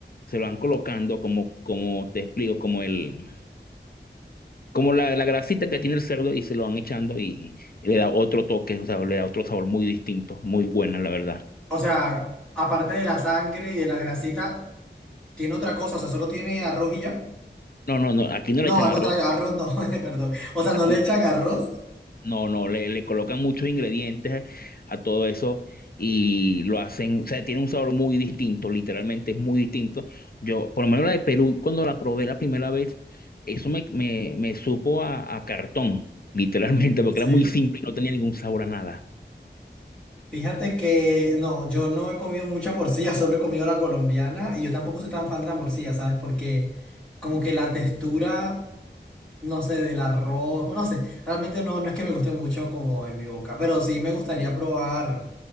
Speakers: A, on the left; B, in the centre.
A: Se lo van colocando como, como te explico, como el, como la, la grasita que tiene el cerdo y se lo van echando y, y le da otro toque, o sea, le da otro sabor muy distinto, muy buena, la verdad.
B: O sea, aparte de la sangre y de la grasita, ¿tiene otra cosa? O sea, ¿solo tiene arroz y ya?
A: No, no, no, aquí no
B: No,
A: le echan
B: al contrario,
A: arroz.
B: arroz no, <laughs> perdón. O sea,
A: aquí
B: ¿no le echan arroz?
A: No, no, le, le colocan muchos ingredientes a todo eso y lo hacen, o sea, tiene un sabor muy distinto, literalmente es muy distinto. Yo, por lo menos la de Perú, cuando la probé la primera vez, eso me, me, me supo a, a cartón, literalmente, porque
B: Sí.
A: era muy simple y no tenía ningún sabor a nada.
B: Fíjate que no, yo no he comido mucha morcilla, <laughs> solo he comido la colombiana y yo tampoco soy tan fan de la morcilla, ¿sabes? Porque como que la textura, no sé, del arroz, no sé, realmente no, no es que me guste mucho como en mi boca, pero sí me gustaría probar